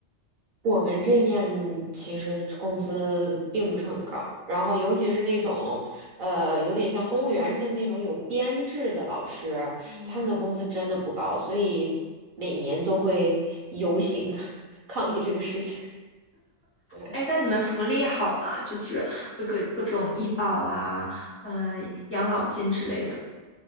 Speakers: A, on the right; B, on the left.
A: 我们这面其实工资并不是很高，然后尤其是那种，呃，有点像公务员似的那种有编制的老师，
B: 嗯，
A: 他们的工资真的不高，所以每年都会游行 <laughs> 抗议这个事情。对，
B: 哎，那你们福利好吗？就是会给各种医保啊，嗯、养老金之类的。